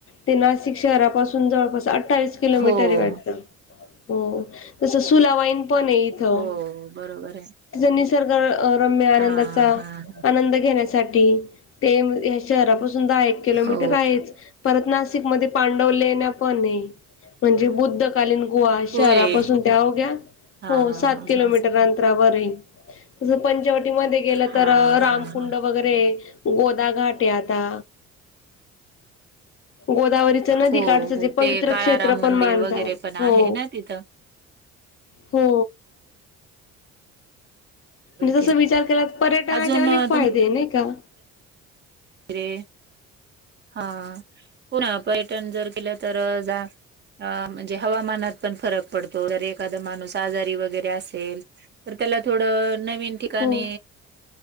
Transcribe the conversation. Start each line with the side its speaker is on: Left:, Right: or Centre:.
Left: ते नाशिक शहरापासून जवळपास अठ्ठावीस किलोमीटरे
Right: हो.
Left: वाटतं, जसं सुला वाईन पने इथं,
Right: हो बरोबर आहे
Left: जस निसर्ग अ रम्य आनंदाचा
Right: हा हा
Left: आनंद घेण्यासाठी, ते या शहरापासून दहा- एक किलोमिटर
Right: हो
Left: आहेच, परत नासिक मध्ये पांडव लेण पणये, म्हणजे बुद्धकालीन गुहा, शहरापासून
Right: होय
Left: त्या अवघ्या
Right: हा
Left: हो सात किलोमीटर
Right: हा
Left: अंतरावरये. जअ पंचवटीमध्ये गेलं
Right: हा
Left: तर, रामकुंड
Right: हा हा
Left: वैगरे, गोदा घाट ये आता, गोदावरी च नदी
Right: हो
Left: काटचं
Right: हो
Left: जे पवित्र
Right: ते काळाराम
Left: क्षेत्र पण
Right: मंदिर
Left: मानतात,
Right: वगैरे पण
Left: हो.
Right: आहे ना तिथं
Left: हो. जसं
Right: ते
Left: विचार केला त पर्यटनाचे
Right: अजून
Left: अनेक फायदे
Right: तुम
Left: ये नही का?
Right: रे, हा पुन्हा पर्यटन जर केलं तर जा अ म्हणजे हवामानात पण फरक पडतो, जर एखादा माणूस आजारी वगैरे असेल. तर त्याला थोडं नवीन ठि- काणी
Left: हो